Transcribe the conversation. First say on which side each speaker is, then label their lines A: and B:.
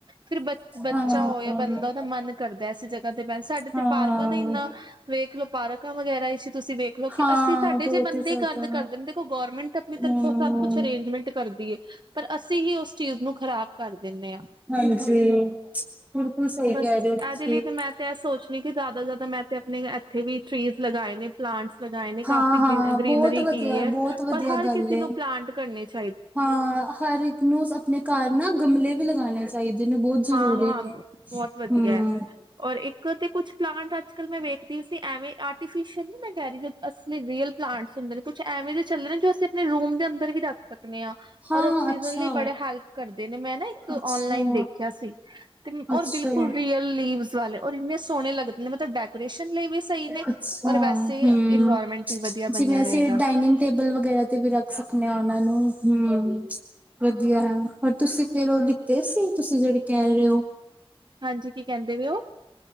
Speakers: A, on the right; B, on the right.
A: ਫਿਰ ਬ ਬੱਚਾ
B: ਹਾਂ
A: ਉਹ ਜਾਂ ਬੰਦਾ ਉਹਦਾ ਮਨ ਕਰਦਾ ਐੇ ਜਗ੍ਹਾ ਤੇ ਬਹਿਣ ਸਾਡੇ ਤੇ
B: ਹਾਂ।
A: ਪਾਰਕਾਂ ਦਾ ਇੰਨਾ ਵੇਖ ਲੋ ਪਾਰਕਾਂ ਵਗੈਰਾ ਵਿੱਚ, ਤੁਸੀਂ ਵੇਖਲੋ ਕਿ
B: ਹਾਂ
A: ਅਸੀਂ ਸਾਡੇ
B: ਬਹੁਤ
A: ਜੇ ਬੰਦੇ
B: ਹੀ ਜ਼ਿਆਦਾ
A: ਗੰਦ ਕਰਦੇ ਦੇਖੋ, ਗੌਰਰਮੈਂਟ ਆਪਣੀ
B: ਹੂੰ
A: ਤਰਫੋਂ ਸਭ ਕੁਛ ਅਰੇਂਜਮੈਂਟ ਪਰ ਅਸੀਂ ਹੀ ਉਸ ਚੀਜ਼ ਨੂੰ ਖਰਾਬ ਕਰ ਦਿੰਦੇ ਏ
B: ਹਾਂਜੀ। ਬਿਲਕੁਲ ਸਹੀ
A: ਬਸ
B: ਕਹਿ ਰਹੇ
A: ਇਹਦੇ
B: ਹੋ ਤੁਸੀਂ
A: ਲਈ ਤੇ ਮੈਂ ਤੇ ਇਹ ਸੋਚਣੀ ਕਿ ਜ਼ਿਆਦਾ ਮੈਂ ਤੇ ਆਪਣੇ ਇੱਥੇ ਵੀ ਟੀਜ਼ ਲਗਾਏ ਨੇ ਪਲਾਂਟਸ ਲਗਾਏ ਨੇ ਕਾਫੀ
B: ਹਾਂ-ਹਾਂ
A: ਗ ਗ੍ਰਰੀਨਰੀ
B: ਬਹੁਤ ਵਧੀਆ
A: ਕੀ ਹੈ
B: ਬਹੁਤ ਵਧੀਆ
A: ਪਰ ਹਰ
B: ਗੱਲ
A: ਕਿਸੇ ਨੂੰ
B: ਏ।
A: ਪਲਾਂਟ ਕਰਨੇ ਚਾ
B: ਹਾਂ ਹਰ ਇੱਕ ਨੂੰ ਆਪਣੇ ਘਰ ਨਾ ਗਮਲੇ ਵੀ ਲਗਾਣੇ ਚਾਹੀਦੇ ਨੇ ਬਹੁਤ ਜ਼ਰੂਰੀ
A: ਹਾਂ ਹਾਂ
B: ਨੇ।
A: ਬਹੁਤ ਵਧੀਆ
B: ਹੂੰ
A: ਹੈ ਔਰ ਇੱਕ ਤੇ ਕੁੱਛ ਪਲਾਂਟ ਅੱਜ ਕਲ ਮੈਂ ਵੇਖਦੀ ਸੀ ਐਵੇਂ ਆਰਟੀਫਿਸ਼ਲ ਮੈਂ ਰੀ ਅਸਲੀ ਰੀਅਲ ਪਲਾਂਟ ਹੁੰਦੇ ਨੇ ਕੁਛ ਐਵੇਂ ਜਹੇ ਚੱਲੇ ਨੇ ਜੋ ਅਸੀਂ ਆਪਣੇ ਰੂਮ ਦੇ ਅੰਦਰ ਵੀ ਰੱਖ ਸਕਦੇ।
B: ਹਾਂ
A: ਔਰ ਆਕਸੀਜਨ
B: ਅੱਛਾ
A: ਲਈ ਬੜੇ ਹੈਲਪ ਕਰਦੇ ਨੇ ਮੈਂ ਨਾ ਇੱਕ
B: ਅੱਛਾ।
A: ਔਨਲਾਈਨ ਦੇਖ। ਤੇ ਔਰ
B: ਅੱਛਾ-ਅੱਛਾ
A: ਬਿਲਕੁਲ ਰੀਅਲ ਲੀਵ ਵਾਲੇ ਔਰ ਇੰਨੇ ਸੋਹਣੇ ਲੱਗਦੇ। ਨੇ ਮਤਲਬ ਡੈਕੋਰੇਸ਼ਨ ਲਈ ਵੀ ਸਹੀ ਨੇ
B: ਅੱਛਾ
A: ਔਰ ਵੈਸੇ
B: ਹੂੰ
A: ਇਨਵਾਇਰਮੈਂਟ ਵੀ ਵਧੀਆ ਬਣਿਆ
B: ਜਿਵੇਂ ਅਸੀਂ
A: ਰਹੇਗਾ
B: ਡਾਇਨਿੰਗ ਟੇਬਲ ਵਗੈਰਾ ਤੇ ਵੀ ਰੱਖ ਸਕਦੇ ਹਾਂ ਉਹਨਾਂ ਨੂੰ ਹੂੰ ਵਧੀਆ ਹੈ ਹੋਰ ਤੁਸੀਂ ਫਿਰ ਉਹ ਨਿਤੇ ਸਿੰਘ ਤੁਸੀਂ ਜਿਹੜੇ ਕਹਿ ਰਹੇ ਹੋ
A: ਹਾਂਜੀ ਕੀ ਕਹਿੰਦੇ ਪਏ ਔ